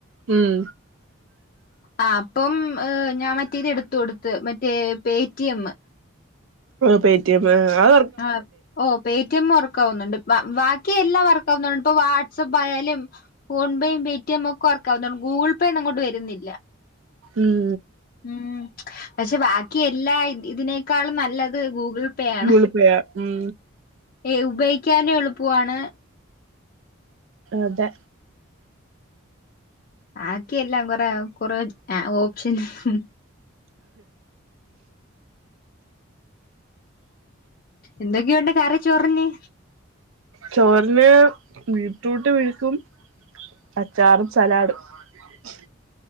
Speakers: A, on the right; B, on the left.
A: ഉം
B: ആഹ് അപ്പം ഞാൻ മറ്റേ ഇത് എടുത്തു കൊടുത്ത് മറ്റേ പേ ടി എമ്മ്
A: പേടിഎം അത
B: ആഹ ഓ പേടിഎം വർക്ക്അവുന്നുണ്ട് ബാക്കി എല്ലാം വർക്ക്അവുന്നുണ്ട് ഇപ്പൊ വാട്സ്ആപ്പ് ആയാലും ഫോൺ പേയും പേടിഎും ഒക്കെ വർക്കാവുന്നണ്ട് ഗൂഗിൾ പേ ഒന്നുംങ്ങോണ്ട് വരുന്നില്ല
A: ഉം
B: ഉ പക്ഷെ ബാക്കി എല്ലാ ഇതിനേക്കാൾ നല്ലത് ഗൂഗിൾ പേ ആണ്
A: ഗൂഗിൾ പേ ആഹ ഉം
B: ഏ ഐ ഉപയോഗിക്കാനേ എളുപ്പാണ്.
A: അതെ
B: ബാക്കിയ എല്ലാം കൊറ കൊറ ഓപ്ഷൻ ഉംഹ് എന്തൊക്കെ ഉണ്ട് കറി ചോറിന്
A: ചോറിന് ബിട്രൂട്ട് മെഴുക്കും അച്ചാറും സലാഡും ആഹ്